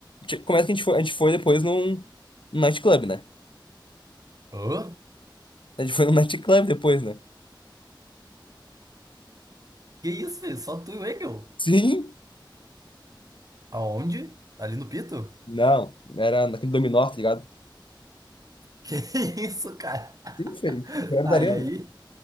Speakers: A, on the left; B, on the right.
A: Ti- Começa que a gente foi, a gente foi depois num, num nightclub, né?
B: Hã?
A: A gente foi num nightclub depois, né?
B: Que isso, filho? Só tu e o Engel?
A: Sim?
B: Aonde? Ali no Pito?
A: Não, era naquele dominó, tá ligado?
B: Que <laughs> isso, cara?
A: Sim, feio. Era
B: Ah,
A: da arena.
B: e aí?